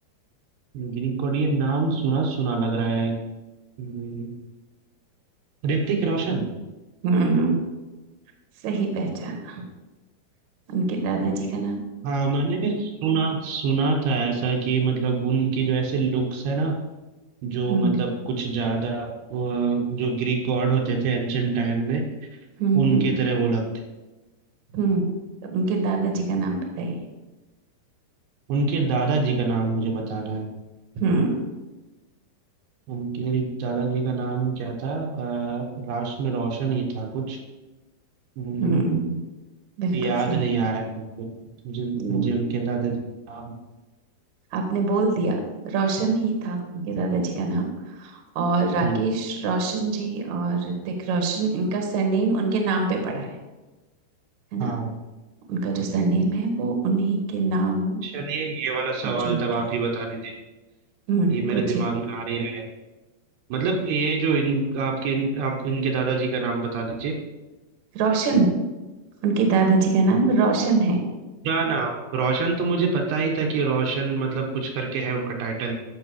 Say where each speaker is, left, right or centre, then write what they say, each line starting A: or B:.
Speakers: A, on the right; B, on the right.
A: ग्रीक गॉड ये नाम सुना सुना लग रहा है हम्म, ऋतिक रोशन
B: हम्म सही पहचाना उनके दादाजी का नाम
A: हाँ मैंने सुना सुना था ऐसा कि मतलब उनकी जो ऐसे लुक्स है ना जो
B: हम्म
A: मतलब कुछ ज्यादा अ, जो ग्रीक गॉड होते थे एंशंट टाइम में
B: हम्म
A: उनके
B: हम्म
A: तरह वो लगते
B: हम्म तो उनके दादाजी का नाम बताइए
A: उनके दादाजी का नाम मुझे बताना है
B: हम्म
A: उनके दादाजी का नाम क्या था अ, राष्ट्र में रोशन ही था कुछ हम्म,
B: हम्म बिल्कुल
A: याद
B: सही
A: नहीं आ रहा है मुझे मुझे
B: हम्म,
A: मुझे उनके दादाजी का नाम
B: आपने बोल दिया रोशन ही था उनके दादाजी का नाम और राकेश
A: हम्म
B: रोशन जी और ऋतिक रोशन इनका सरनेम उनके नाम पे पड़ा है है ना
A: हाँ
B: उनका जो सरनेम है वो उन्हीं के नाम
A: चलिए ये वाला सवाल
B: को जोड़
A: तब
B: के
A: आप ही बता दीजिए
B: हम्म
A: ये मेरे
B: पूछे
A: दिमाग में आ नहीं रहा है मतलब ये जो इन आपके इन, आप इनके दादाजी का नाम बता दीजिए
B: रोशन उनके दादाजी का नाम रोशन है
A: ना ना रोशन तो मुझे पता ही था कि रोशन मतलब कुछ करके है उनका टाइटल